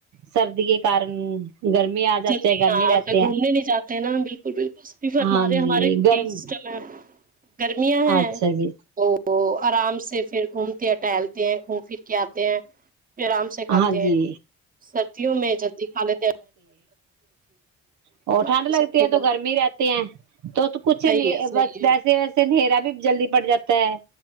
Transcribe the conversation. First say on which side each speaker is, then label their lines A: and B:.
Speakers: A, on the right; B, on the right.
A: سردی کے کارن گرمی آ جاتے
B: جلدی
A: ہیں گرمی
B: ہاں
A: رہتے
B: پہ
A: ہیں
B: گھومنے نہیں جاتے نا بالکل بالکل اس بھی فرما
A: ہاں
B: دیں
A: جی
B: ہمارے
A: گرم
B: یہ سسٹم ہے گرمیاں ہیں
A: اچھا جی
B: وہ آرام سے پھر گھومتے ہیں ٹہلتے ہیں گھوم پھر کے آتے ہیں آرام سے کھاتے
A: ہاں جی
B: ہیں سب وں میں جتی کالے
A: وہ ٹھنڈ
B: رہے ہیں
A: لگتی
B: سب کے
A: ہے
B: ادھر
A: تو گرمی رہتے ہیں تو کچھ
B: صحیح ہے صحیح
A: ویسے
B: ہے
A: ویسے نہھیرا بھی جلدی پڑ جاتا ہے